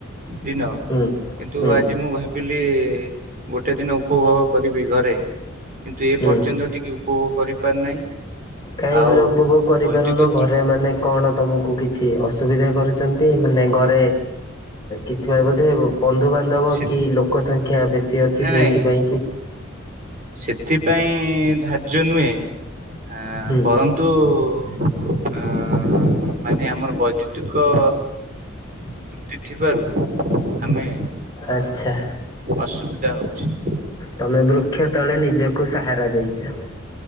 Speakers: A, on the right (about 40°); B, on the left (about 20°).
A: ଦିନ
B: ହୁଁ
A: କିନ୍ତୁ
B: ହୁଁ
A: ଆଜି ମୁଁ ଭାବିଲି ଗୋଟେ ଦିନ ଉପଭୋଗ କରିବି ଘରେ କିନ୍ତୁ ଏ
B: ହୁଁ।
A: ପର୍ଯ୍ୟନ୍ତ ଟିକେ ଉପଭୋଗ କରିପାରି ନାହିଁ।
B: କାହିଁ
A: ଆଉ
B: ଘରେ ଉପଭୋଗ କରିପାରୁନ
A: ବୈଦିକ ତୃ
B: ଘରେ ମାନେ କଣ ତମକୁ କିଛି ଅସୁବିଧା କରୁଛନ୍ତି ମାନେ ଘରେ କିଛି ପାଇଁ ବୋଧେ ବନ୍ଧୁ ବାନ୍ଧବ
A: ସେ
B: କି ଲୋକ ସଂଖ୍ୟା ବେଶୀ ଅଛି
A: ନାଇଁ
B: ଯୋଉଥିପାଇଁ
A: ନାଇଁ
B: କି
A: ସେଥିପାଇଁ ଧାର୍ଯ୍ୟ ନୁହେଁ ଆ
B: ହୁଁ
A: ବରଂ ତୁ ଅ ମାନେ ଆମର ବୈଦ୍ୟୁତିକ ତ୍ରୁଟି ଥିବାରୁ ଆମେ
B: ଆଚ୍ଛା
A: ଅସୁବିଧା ହେଉଛି।
B: ତମେ ବୃକ୍ଷ ତଳେ ନିଜକୁ ସାହାରା ଦେଇଛ।